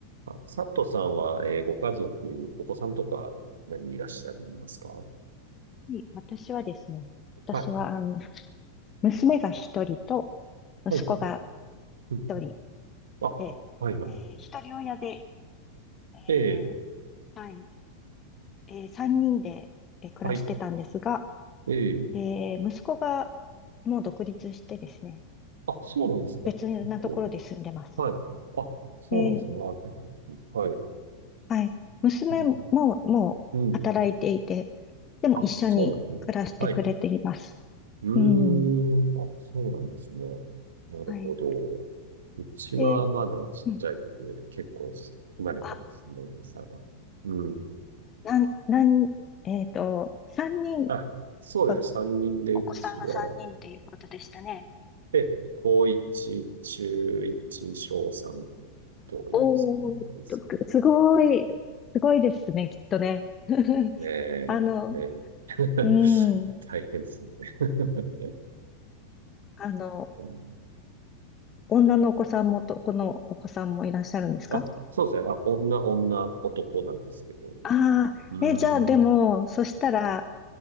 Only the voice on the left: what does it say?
はい、私はですね、私は、
あの、娘が一人と、息子が
一人
で、
えー一人親で、え
ーはい、えー三人で、えー暮らしてたんですが、
えー息子がもう独立してですね、
別なところで住んでます。
えー
はい、娘ももう働いていて、
でも一緒に暮らしてくれています。
うん、
はい。
で、うん、
あ、
なん、なん、えっと、三人、
お
お子さんが三人っていうことでしたね。
おー、すごい、
すごいですね、きっとね。<laughs>
あの、
うん、
あの、
女のお子さんも男のお子さんもいらっしゃるんですか
ああー、
え、じゃあでも、そしたら、